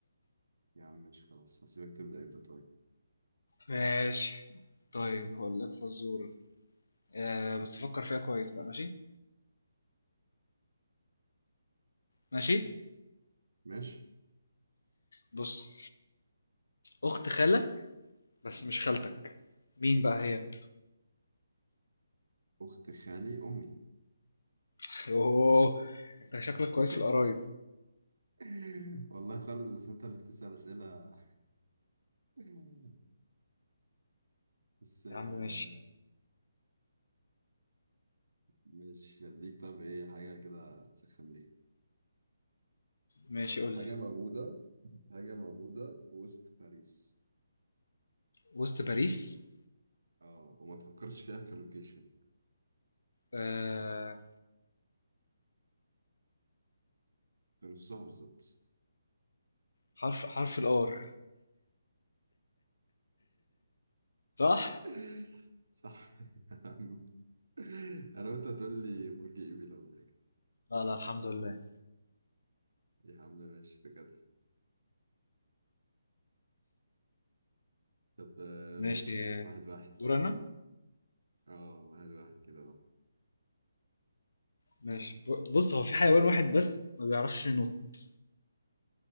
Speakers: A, on the right; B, on the left.
A: يا عم ماشي خلاص هسيبك تبدأ انت طيب
B: ماشي طيب هقول لك فزوره آه بس فكر فيها كويس بقى ماشي ماشي
A: ماشي
B: بص اخت خالك بس مش خالتك مين بقى هي
A: أخت خالي أمي
B: <laughs> اوه انت شكلك
A: <laughs>
B: كويس في القرايب
A: <laughs> والله خالص بس انت اللي بتسأل أسئلة <laughs> بس آه،
B: يا عم ماشي
A: مش هديك طب ايه حاجة كده تسخن بيها
B: ماشي قول
A: حاجة
B: لي
A: موجودة حاجة موجودة وسط باريس
B: وسط باريس
A: اه وما تفكرش فيها كلوكيشن
B: آه
A: في نصها بالظبط
B: حرف حرف الار صح
A: <laughs> صح يا عم انا وانت هتقول لي برج ايفل ولا حاجة
B: لا لا الحمد لله
A: يا عم ماشي ده جدع طب آه،
B: ماشي
A: ماشي واحد واحد
B: دور انا
A: اه واحد واحد كده اه
B: ماشي ب- بص هو في حيوان واحد بس ما بيعرفش ينط